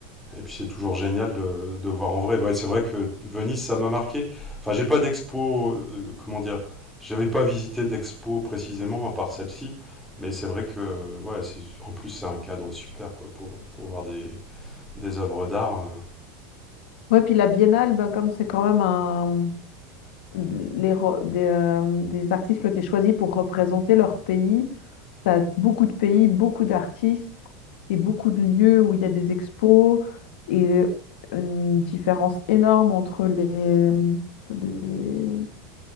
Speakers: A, in the centre; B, on the left.
A: Et puis c'est toujours génial de, de voir en vrai. Ouais, c'est vrai que Venise, ça m'a marqué. Enfin, j'ai pas d'expo, euh, comment dire, j'avais pas visité d'expo précisément à part celle-ci, mais c'est vrai que, ouais, c'est- en plus c'est un cadre super quoi pour pour voir des des œuvres d'art. euh.
B: Ouais, puis la Biennale, ben, comme c'est quand même un, les re- des, euh, des artistes qui ont été choisis pour représenter leur pays. Tu as beaucoup de pays, beaucoup d'artistes et beaucoup de lieux où il y a des expos et une différence énorme entre les, les,